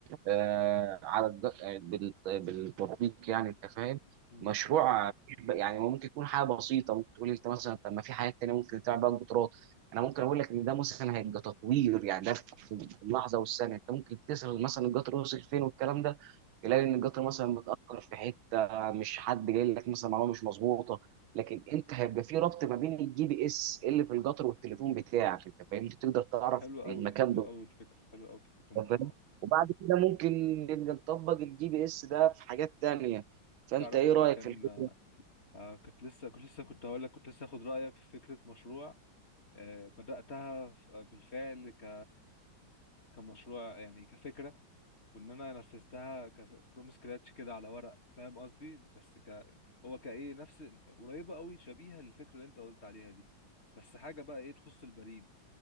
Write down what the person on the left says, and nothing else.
م-
م.
حلو قوي
حلو قوي الفكرة حلو قوي فكرة المشروع
تعرف
ان
كان
آه، كنت لسه كنت لسه كنت هقول لك كنت لسه اخد رايك في فكره مشروع آه، بداتها ف- بالفعل ك كمشروع يعني كفكره وان انا نفذتها فروم سكراتش كده على ورق فاهم قصدي بس ك هو كايه نفس قريبه قوي شبيهه للفكره اللي انت قلت عليها دي بس حاجه بقى ايه تخص البريد